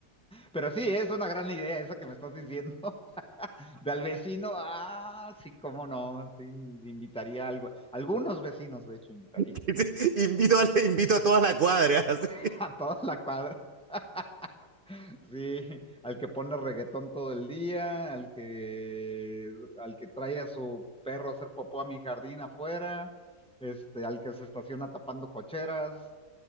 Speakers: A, in the centre; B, on the right.
A: Pero sí, es una gran idea esa que me estás diciendo. <laughs> De al vecino, ah, sí, cómo no, sí, invitaría a algo. Algunos vecinos, de hecho, invitaría
B: <laughs> Invito a, invito a toda la cuadra. <laughs> así.
A: <laughs> a toda la cuadra. <laughs> Sí, al que pone reggaetón todo el día, al que, al que trae a su perro a hacer popó a mi jardín afuera, este, al que se estaciona tapando cocheras,